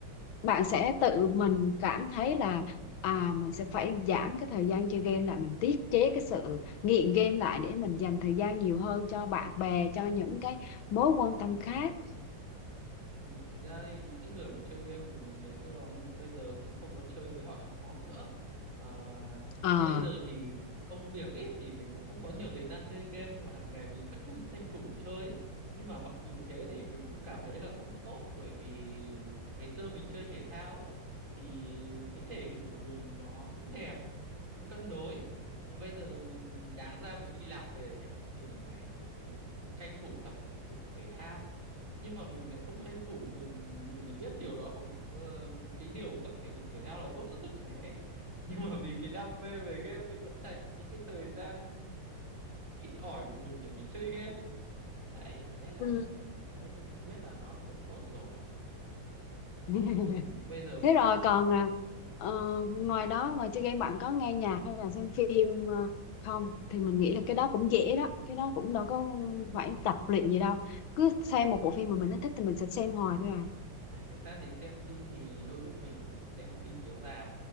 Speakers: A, on the left; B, on the right.
A: bạn sẽ tự mình cảm thấy là à mình sẽ phải giảm cái thời gian chơi game lại mình tiết chế cái sự nghiện game lại để mình dành thời gian nhiều hơn cho bạn bè cho những cái mối quan tâm khác
B: thực ra thì những cái người mà chơi game cùng mình ngày xưa mình bây giờ cũng không có chơi với họ họ nữa Ờ,
A: Ờ,
B: bây giờ thì công việc ấy thì mình cũng không có nhiều thời gian chơi game nhưng mà hàng ngày mình vẫn cứ tranh thủ chơi ấy. nhưng mà mặc dù thế thì mình cũng cảm thấy là không tốt bởi vì ngày xưa mình chơi thể thao ấy thì cái thể hình của mình nó cũng đẹp cũng cân đối Nhưng bây giờ mình đáng ra mình đi làm về nhá mình phải tranh thủ tập thể dục thể thao nhưng mà mình lại không tranh thủ mình mình lại biết điều đó không ờ, cái điều tập thể dục thể thao là tốt cho sức khỏe <laughs> nhưng mà vì cái đam mê về game mình vẫn dành những cái thời gian ít ỏi của mình để mình chơi game đấy thế là
A: Ừ.
B: nên mình đấy mình cũng biết là nó là không tốt rồi đấy
A: <laughs>
B: bây, bây giờ mình
A: Thế rồi
B: cũng sẽ
A: còn à, ờ, ngoài đó ngoài chơi game bạn có nghe nhạc hay là xem phim ờ, không thì mình nghĩ là cái đó cũng dễ đó cái đó cũng đâu có phải tập luyện gì đâu cứ xem một bộ phim mà mình nó thích thì mình sẽ xem hoài thôi à
B: À, thực ra thì xem phim thì đôi lúc mình cũng đi xem phim chiếu rạp